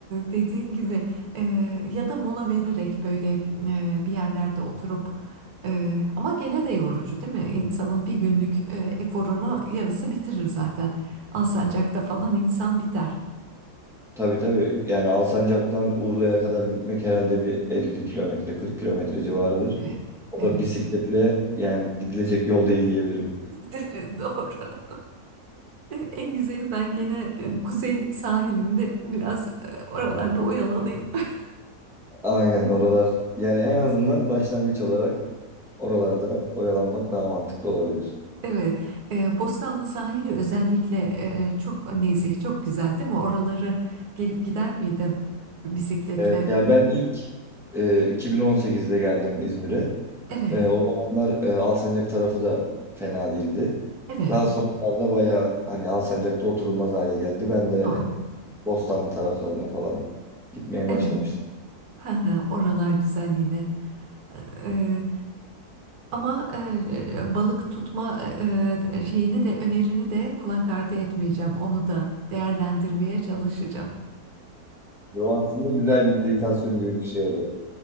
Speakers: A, on the right; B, in the centre.
A: dediğin gibi e, ya da mola vererek böyle e, bir yerlerde oturup e, ama gene de yorucu değil mi? İnsanın bir günlük e, eforunu yarısı bitirir zaten. Alsancak'ta falan insan biter.
B: Tabii tabii yani Alsancak'tan Urla'ya kadar gitmek herhalde bir 50 kilometre 40 kilometre civarıdır.
A: Evet,
B: O
A: evet.
B: da bisikletle yani gidilecek yol değil diyebilirim.
A: <laughs> Doğru. <laughs> En güzeli ben gene e, kuzey sahilinde biraz e, oralarda oyalanayım. <laughs>
B: Aynen oralar yani en azından başlangıç olarak oralarda oyalanmak daha mantıklı olabilir.
A: Evet, e, Bostanlı sahili özellikle e, çok nezih, çok güzel değil mi? Oraları gelip gider miydin bisikletle?
B: Evet ya ben ilk e, 2018'de geldim İzmir'e.
A: Evet,
B: E, o zamanlar e, Alsancak tarafı da fena değildi.
A: evet,
B: Daha sonralarda bayağı hani Alsancak'ta oturulmaz hale geldi. Ben de
A: doğru.
B: Bostanlı taraflarına falan gitmeye
A: Evet,
B: başlamıştım.
A: Hı hı, oralar güzel yine. E, ama e, e, balık tutma e, e, şeyini de önerini de kulak ardı etmeyeceğim. Onu da değerlendirmeye çalışacağım.
B: Bu aslında güzel bir meditasyon gibi bir şey oluyor.